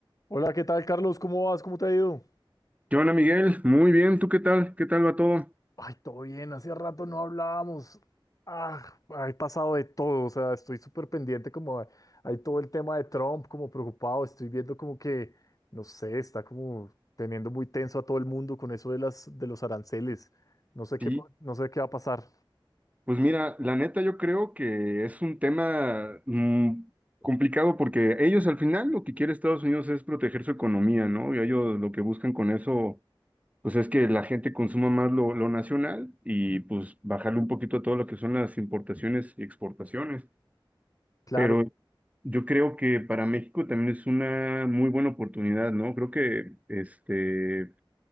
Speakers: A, on the left (about 40°); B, on the right (about 15°).
A: Hola, ¿qué tal, Carlos? ¿Cómo vas? ¿Cómo te ha ido?
B: ¿Qué onda, Miguel? Muy bien, ¿tú qué tal? ¿Qué tal va todo?
A: Ay, todo bien, hace rato no hablábamos. Ah, he pasado de todo, o sea, estoy súper pendiente, como a- hay todo el tema de Trump, como preocupado, estoy viendo como que, no sé, está como teniendo muy tenso a todo el mundo con eso de las, de los aranceles. No sé qué,
B: Sí,
A: pa- no sé qué va a pasar.
B: pues mira, la neta yo creo que es un tema mm, complicado porque ellos al final lo que quiere Estados Unidos es proteger su economía, ¿no? Y ellos lo que buscan con eso, pues es que la gente consuma más lo, lo nacional y pues bajarle un poquito a todo lo que son las importaciones y exportaciones.
A: Claro,
B: Pero yo creo que para México también es una muy buena oportunidad, ¿no? Creo que este...